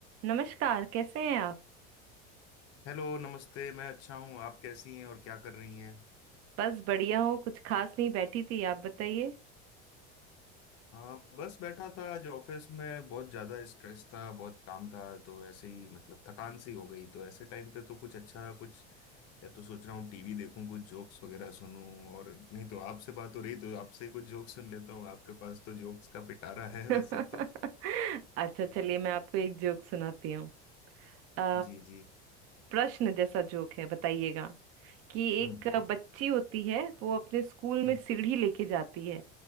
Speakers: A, on the right; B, on the left.
A: नमस्कार कैसे हैं आप
B: Hello नमस्ते मैं अच्छा हूँ आप कैसी हैं और क्या कर रही हैं
A: बस बढ़िया हो कुछ खास नहीं बैठी थी आप बताइए
B: हाँ बस बैठा था आज ऑफिस में बहुत ज़्यादा स्ट्रेस था बहुत काम था तो ऐसे ही मतलब थकान सी हो गई तो ऐसे टाइम पे तो कुछ अच्छा कुछ या तो सोच रहा हूँ टीवी देखूँ कुछ जोक्स वगैरह सुनूं और नहीं तो आपसे बात हो रही तो आपसे ही कुछ जोक्स सुन लेता हूँ आपके पास तो जोक्स का पिटारा है
A: <laughs>
B: वैसे तो
A: अच्छा चलिए मैं आपको एक जोक सुनाती हूँ अ,
B: जी जी
A: प्रश्न जैसा जोक है बताइएगा कि
B: हम्म
A: एक
B: हम्म
A: बच्ची होती है वो अपने स्कूल में
B: हम्म
A: सीढ़ी लेके जाती है